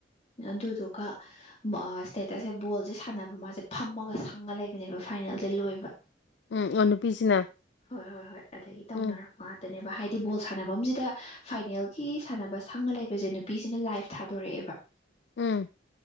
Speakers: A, on the left (about 35°); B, on the left (about 65°).
A: ꯑꯗꯨꯗꯨꯒ ꯁꯇꯦꯠ ꯁꯦ ꯕꯣꯜꯁꯦ ꯁꯥꯟꯅꯕ ꯃꯥꯁꯦ ꯐꯝꯃꯒ ꯁꯪꯉ ꯂꯩꯕꯅꯦꯕ ꯐꯥꯏꯅꯦꯜꯁꯦ ꯂꯣꯏꯕ
B: ꯎꯝ ꯑꯣ ꯅꯨꯄꯤꯁꯤꯅ
A: ꯍꯣꯏ ꯍꯣꯏ ꯍꯣꯏ ꯑꯗꯒꯤ ꯇꯧꯅꯔꯛꯄ
B: ꯎꯝ
A: ꯉꯥꯛꯇꯅꯦꯕ ꯍꯥꯏꯗꯤ ꯕꯣꯜ ꯁꯥꯟꯅꯐꯝꯁꯤꯗ ꯐꯥꯏꯅꯦꯜꯒꯤ ꯁꯥꯟꯅꯕ ꯁꯪꯉ ꯂꯩꯕꯁꯦ ꯅꯨꯄꯤꯁꯤꯅ ꯂꯥꯏꯐ ꯊꯥꯗꯣꯔꯛꯑꯦꯕ
B: ꯎꯝ